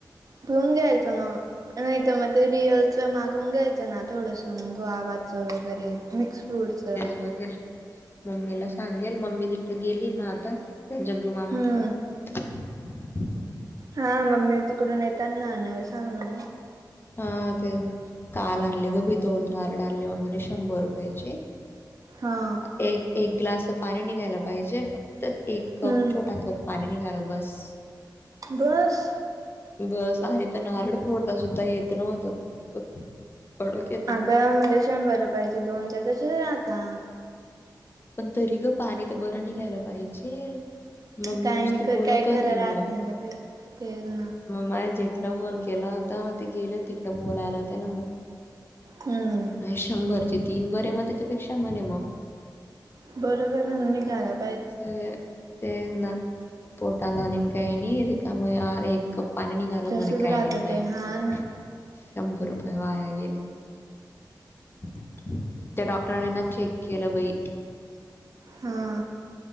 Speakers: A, on the right (about 50°); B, on the left (about 30°).
A: ठिवून घ्यायचं मग नाही तर मग ते रिअलच मागून घ्यायचं ना थोडस मग <unintelligible> बाग चं वगैरे मिक्स फ्रूटचं
B: वगैरे मम्मीला सांगेल मम्मी तिकडे गेली ना आता जग्गू मामाकडे.
A: हम्म
B: <inaudible>
A: हा मम्मी तिकडून येेताना आणायला सांगनार आहे.
B: हा तेच ना काल आणले ग बी दोन नारळ आणले मग शंभर रुपयाची.
A: हा.
B: ए एक ग्लास पाणी निघायला पाहिजेल फक्त एक कप
A: हम्म
B: छोटा कप. पाणी निघालं बस.
A: बस्स
B: बस आणि तर नारळ फोडता सुद्धा येत नव्हतं इतकं कडक येते
A: अगं मध्ये शंभर रुपयाचे दोन ते तसेच राहता
B: पण तरी ग पाणी तर बरं निघायला पाहिजेल. मम्मी
A: काय
B: नुसती
A: नि
B: बोलत
A: काय
B: होती
A: खरं राहत
B: मग,
A: नाही ग बाई तेच ना
B: माय जेठला फोन केला होता ते गेले तिकडे बोलायला त्याला मग,
A: हम्म
B: शंभरचे तीन बरे मग त्याच्यापेक्षा म्हणे मग.
A: बरोबर आहे निघाल्यात
B: ते तेच ना पोटाला आणि काही नाही रिकामं आर एक एक कप निघाला म्हणे
A: तसच
B: काय
A: राहत
B: नि म्हणे
A: ते हा ना
B: शंभर रुपये वाया गेले. <inaudible> त्या डॉक्टरनी ना चेक केलं बाई!
A: हा.